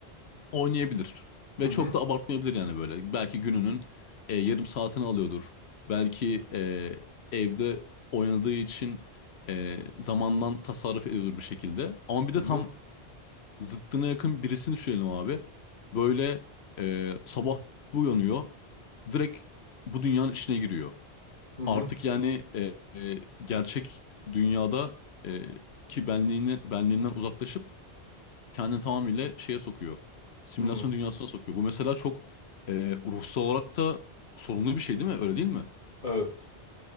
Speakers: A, on the left; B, on the left.
A: oynayabilir. Ve
B: hı hı
A: çok da abartmayabilir yani böyle. Belki gününün e, yarım saatini alıyordur. Belki e, evde oynadığı için e, zamandan tasarruf ediyordur bir şekilde. Ama bir
B: hı
A: de tam zıttına yakın birisini düşünelim abi. Böyle e, sabah bir uyanıyor. Direkt bu dünyanın içine giriyor
B: hı hı
A: artık
B: hı.
A: yani e, e, gerçek dünyada e, ki benliğini benliğinden uzaklaşıp kendini tamamıyla şeye sokuyor. Simülasyon
B: hı.
A: dünyasına sokuyor. Bu mesela çok e, ruhsal olarak da sorunlu bir şey değil mi? Öyle değil mi?
B: Evet.